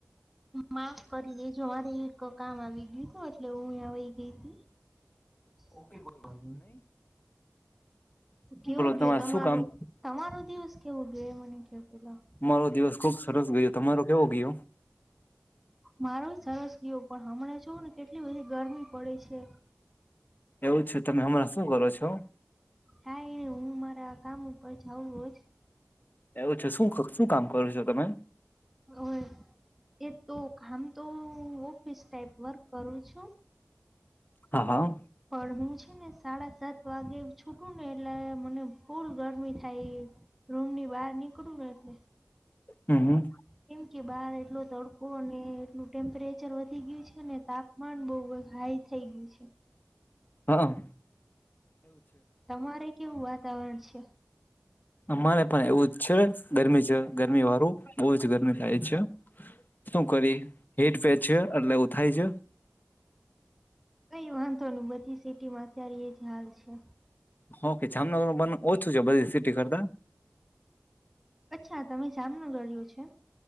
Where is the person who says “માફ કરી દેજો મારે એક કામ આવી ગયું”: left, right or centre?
Centre